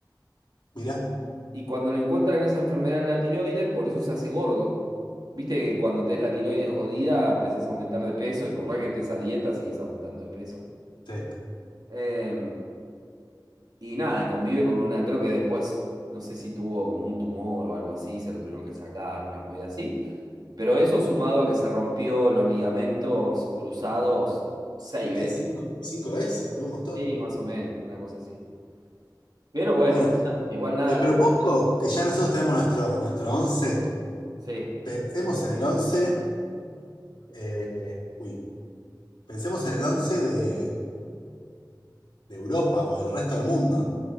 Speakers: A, on the left; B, on the right.
A: Mirá.
B: Y cuando le encuentran esa enfermedad en la tiroides, por eso se hace gordo. Viste que cuando tenés la tiroides jodida, empezás a aumentar de peso y por más que estés a dieta, seguís aumentando de peso.
A: sí.
B: Eh, y nada, y convive con una, creo que después, no sé si tuvo como un tumor o algo así, se lo tuvieron que sacar, una movida así. Pero eso sumado a que se rompió los ligamentos cruzados seis veces.
A: ¿Qué? Cinco, cinco veces, boludo, un montón.
B: Sí, más o menos, una cosa así. Pero bueno,
A: Bueno,
B: nada, igual nada
A: te propongo
B: lo...
A: que ya nosotros tenemos nuestro, nuestro once
B: Sí,
A: Pensemos en el 11 eh, uy, pensemos en el 11 de, de Europa o del resto del mundo.